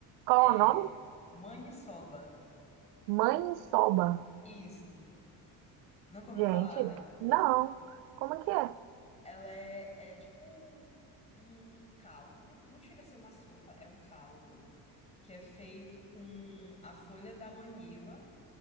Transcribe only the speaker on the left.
é
maniçoba.
Isso. Nunca ouviu
falar, né?
Ela é, é tipo um caldo. Não chega a ser uma sopa, é um caldo que é feito com a folha da maniva.